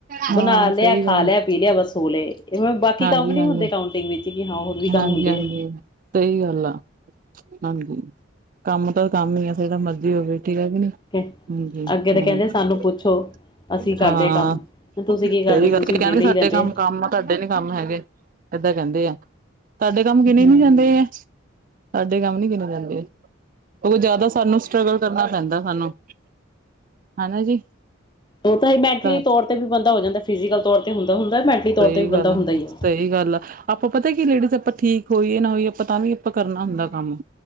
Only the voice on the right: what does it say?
ਹਾਂ
ਸਹੀ
ਗੱਲ
ਆ
ਹਾਂਜੀ
ਹਾਂਜੀ
ਹਾਂਜੀ
ਹਾਂਜੀ
ਸਹੀ ਗੱਲ ਆ। ਹਾਂਜੀ, ਕੰਮ ਤਾਂ ਕੰਮ ਹੀ ਆ ਜਿਹੜਾ ਮਰਜ਼ੀ ਹੋਵੇ ਠੀਕ ਹੈਗੀ ਨੀ।
ਹਾਂਜੀ-ਹਾਂਜੀ।
ਹਾਂ,
ਸਹੀ
ਗੱਲ ਕਹਿਣਗੇ
ਸਾਡੇ
ਕੰਮ, ਕੰਮ ਆ ਤੁਹਾਡੇ ਨੀ ਕੰਮ ਹੈਗੇ। ਏਦਾਂ ਕਹਿੰਦੇ ਆ, ਸਾਡੇ ਕੰਮ ਗਿਣੇ
ਨੀ ਜਾਂਦੇ। ਸਾਡੇ ਕੰਮ ਨੀ ਕਿਨ ਜਾਂਦੇ ਆ ਕਿਉਂਕਿ ਜਿਆਦਾ ਸਾਨੂੰ ਸਟਰਗਲ ਕਰਨਾ ਪੈਂਦਾ ਸਾਨੂੰ, ਹਨਾ ਜੀ।
ਘਰ
ਸਹੀ
ਗੱਲ
ਆ,
ਸਹੀ ਗੱਲ ਆ। ਆਪਾਂ ਪਤਾ ਕੀ ਲੇਡੀਜ਼ ਆਪਾਂ ਠੀਕ ਹੋਈਏ ਨਾ ਹੋਈਏ, ਆਪਾਂ ਤਾਂ ਵੀ ਆਪਾਂ ਕਰਨਾ ਹੁੰਦਾ ਕੰਮ